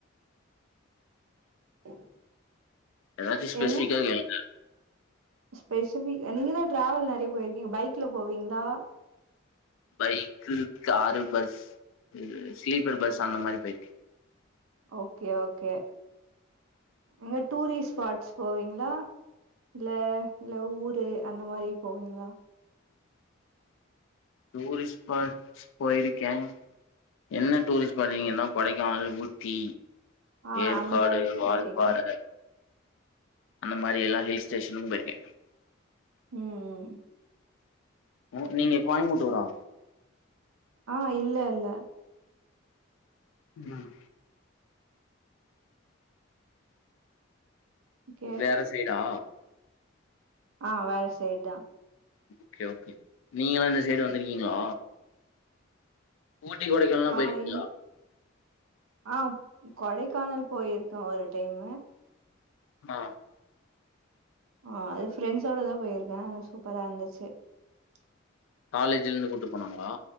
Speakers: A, on the right; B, on the left.
A: ட்
B: ஏதாச்சு ஸ்பெசிஃபிக்கா
A: என்ன
B: கேளுங்க
A: ஸ்பெசிவி எங்களா ட்ராாவல் நெறைய போயிருக்கீங்க பைக்ல போவீங்ளா
B: பைக்கு காரு பஸ் இது ஸ்லீப்பர் பஸ் அந்த மாரி பெயிருக்கேன்
A: ஓகே ஓகே எங்க டூரிஸ்ட் ஸ்பாட்ஸ் போவீங்களா இல்ல இல்ல ஊரு அந்த மாரி போவீங்களா
B: டூரிஸ்ட் ஸ்பாட்ஸ் போயிருக்கேன் என்ன டூரிஸ்ட் பாதிங்கனா கொடைக்கானல் ஊட்டீ
A: ஆ
B: ஏற்காடு
A: அந்த மாரி இதா
B: வாழ்பாற
A: கேக்குறே
B: அந்த மாரி எல்லா ஹில் ஸ்டேஷனு போயிருக்கே
A: ம் ம்
B: உ நீங்க கோயம்புட்டூரா
A: ஆ இல்ல இல்ல
B: ம்
A: ஓகே
B: வேற சைடா
A: ஆ வேற சைட் தா
B: ஓகே ஓகே நீங்கெல்லா இந்த சைடு வந்துருக்கீங்களா ஊட்டி கொடைக்கானல் எல்லா
A: ஆ
B: போயிருக்கிங்களா
A: இல் ஆ கொடைக்கானல் போயிருக்க ஒரு டைம்மு
B: ஆ
A: ஆ அது ஃப்ரெண்ட்ஸோட தா போயிருக்கே அ சூப்பரா இருந்துச்சு ச்
B: காலேஜ்ல இருந்து கூட்டு போனாங்களா